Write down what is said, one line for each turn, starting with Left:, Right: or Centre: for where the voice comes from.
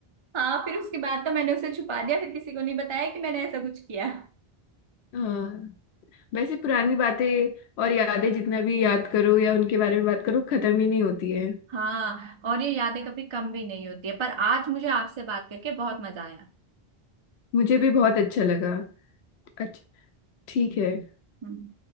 Right: हाँ फिर उसके बाद तो मैंने उसे छुपा दिया फिर किसी को नहीं बताया कि मैंने ऐसा कुछ किया
Left: हाँ वैसे पुरानी बातें और यादें जितना भी याद करो या उनके बारे में बात करो खत्म ही नहीं होती है
Right: हाँ और ये यादें कभी कम भी नहीं होती है पर आज मुझे आपसे बात करके बहुत मजा आया
Left: मुझे भी बहुत अच्छा लगा अच्छा ठीक है
Right: हम्म